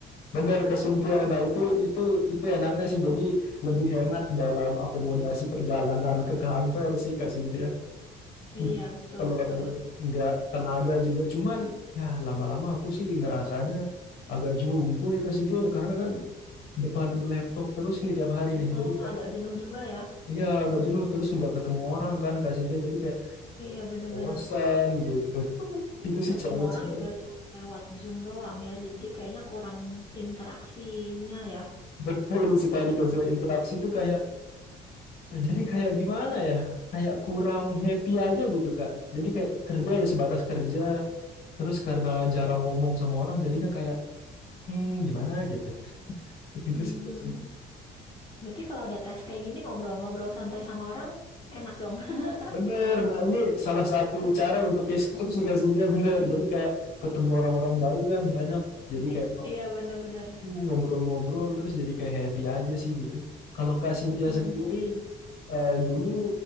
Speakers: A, on the left (about 65°); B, on the left (about 25°).
A: Bener Kak Sintia. Nah itu itu itu enaknya sih. Jadi lebih hemat dalam akomodasi perjalanan ke kantor sih Kak Sintia.
B: Iya,
A: nggak
B: betul-betul.
A: keluar duit, nggak tenaga juga. Cuman ya lama-lama aku sih ngerasanya agak jumpo ya ke Cynthia ya, karena kan depan laptop terus nih tiap hari nih.
B: Oh,
A: Jadi kayak
B: agak jenuh juga ya.
A: iya agak jenuh terus nggak ketemu orang kan Kak Cynthia jadi kayak
B: Iya, bener-bener.
A: bosan gitu. <laughs> Itu sih
B: Ketemu
A: challenge-nya.
B: orang juga cuma lewat Zoom doang ya, jadi kayaknya kurang interaksinya ya.
A: Betul sekali Kak Zia. Interaksi itu kayak jadi kayak gimana ya? Kayak kurang happy aja gitu Kak. Jadi kayak kerja ya sebatas kerja, terus karena jarang ngomong sama orang jadinya kayak hmm gimana gitu. Gitu
B: Hmm,
A: sih Kak Cynthia.
B: berarti kalau ada tes kayak gini ngobrol-ngobrol santai sama orang, enak dong. <laughs>
A: Bener, nah ini salah satu cara untuk escape sih Kak Cynthia, bener. Jadi kayak ketemu orang-orang baru kan banyak, jadi
B: Eh,
A: kayak
B: Iya, bener-bener.
A: hmm, ngobrol-ngobrol terus jadi kayak happy aja sih gitu. Kalau Kak Cynthia
B: Hmm.
A: sendiri eh, dulu